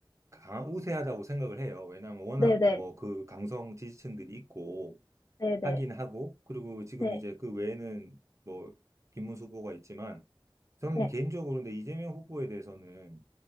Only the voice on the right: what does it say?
강, 우세하다고 생각을 해요. 왜냐하면 워낙
뭐, 그 강성 지지층들이 있고,
하긴
하고, 그리고 지금
이제 그 외에는 뭐, 김문수 후보가 있지만, 저는
개인적으로 근데 이재명 후보에 대해서는